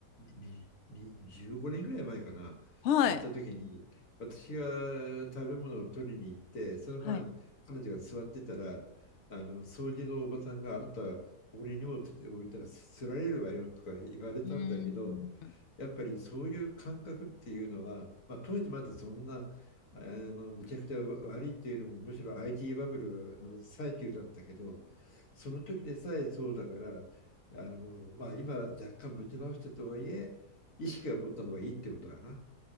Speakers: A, on the left; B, on the left.
A: にに15年ぐらい前かな、
B: はい。
A: 行った時に、私が食べ物を取りに行って、その間、
B: はい。
A: 彼女が座ってたら、あの掃除のおばさんがあなた、ここに荷物置いたらすられるわよとか言われたんだけど、
B: うーん。
A: やっぱりそういう感覚っていうのは、まあ、当時まだそんなあのめちゃくちゃ悪いっていうよりもむしろ IT バブルの最中だったけどその時でさえそうだからあの、まあ、今若干持ち直したとはいえ意識は持った方がいいってことだな。